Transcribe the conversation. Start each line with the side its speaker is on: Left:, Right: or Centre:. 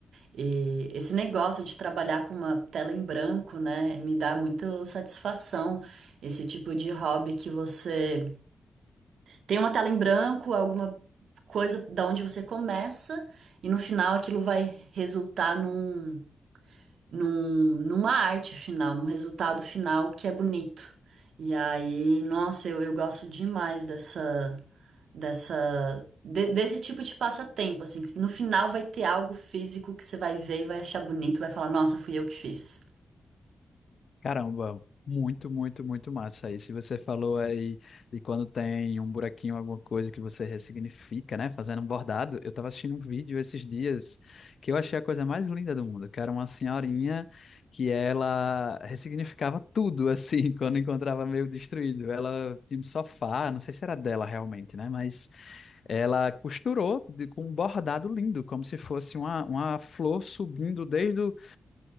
Right: E esse negócio de trabalhar com uma tela em branco, né, me dá muita satisfação. Esse tipo de hobby que você tem uma tela em branco, alguma coisa da onde você começa, e no final aquilo vai resultar num, num, numa arte final, num resultado final que é bonito. E aí, nossa, eu, eu gosto demais dessa dessa de- desse tipo de passatempo, assim, que no final vai ter algo físico que você vai ver e vai achar bonito, vai falar, nossa, fui eu que fiz.
Left: Caramba, muito, muito, muito massa. Aí, se você falou aí de quando tem um buraquinho, alguma coisa que você ressignifica, né? Fazendo um bordado, eu tava assistindo um vídeo esses dias que eu achei a coisa mais linda do mundo, que era uma senhorinha que ela ressignificava tudo, assim, <laughs> quando encontrava meio destruído. Ela tinha um sofá, não sei se era dela realmente, né? Mas ela costurou de- com um bordado lindo, como se fosse uma, uma flor subindo desde o